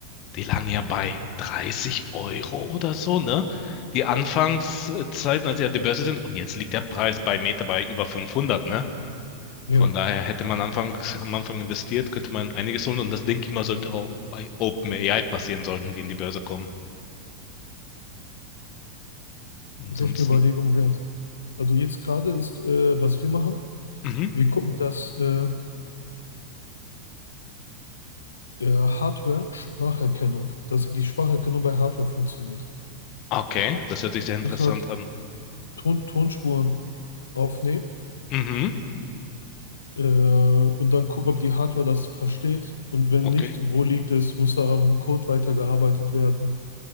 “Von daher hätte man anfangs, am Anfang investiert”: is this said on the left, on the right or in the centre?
Left